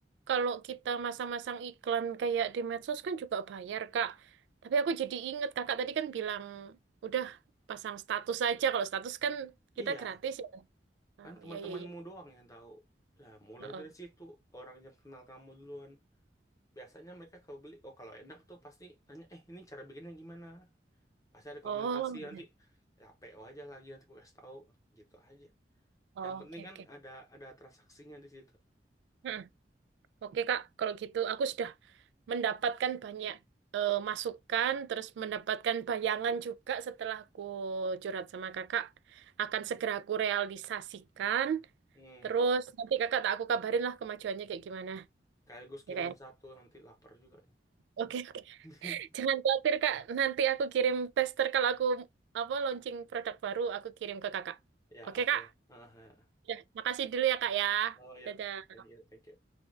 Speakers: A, on the right; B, on the left.
A: kalau kita masang-masang iklan kayak di medsos kan juga bayar Kak. Tapi aku jadi inget Kakak tadi kan bilang udah pasang status aja. Kalau status kan kita
B: iya
A: gratis ya. Oh,
B: kan teman-temanmu
A: iya iya iya.
B: doang yang tahu nah mulai
A: Oh,
B: dari situ orang yang kenal kamu duluan biasanya mereka kalau beli oh kalau enak tuh pasti nanya eh ini cara bikinnya gimana pasti ada
A: oh.
B: komunikasi
A: Oh,
B: nanti
A: benar.
B: ya PO aja lagi nanti aku kasih tahu gitu aja
A: Oh,
B: yang penting
A: oke
B: kan
A: oke.
B: ada ada transaksinya di situ
A: Hmm, Oke Kak, kalau gitu aku sudah mendapatkan banyak eh, masukan, terus mendapatkan bayangan juga setelah aku curhat sama kakak, akan segera aku realisasikan.
B: hmm
A: Terus nanti kakak tak aku kabarin lah kemajuannya kayak gimana.
B: sekaligus
A: Ya
B: kirimin
A: kayak.
B: satu nanti lapar juga nih
A: Oke, oke.
B: <laughs>
A: Jangan khawatir kak. Nanti aku kirim tester kalau aku apa launching produk baru aku kirim ke kakak.
B: ya
A: Oke
B: oke
A: kak.
B: Aha.
A: Ya, makasih dulu ya kak ya.
B: oh ya
A: Dadah.
B: thank you thank you